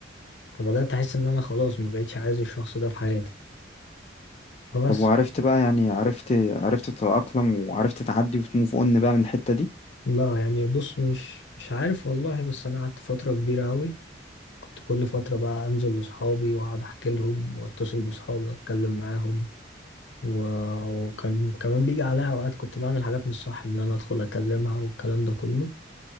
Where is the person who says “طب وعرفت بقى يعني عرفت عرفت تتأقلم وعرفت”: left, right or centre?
Left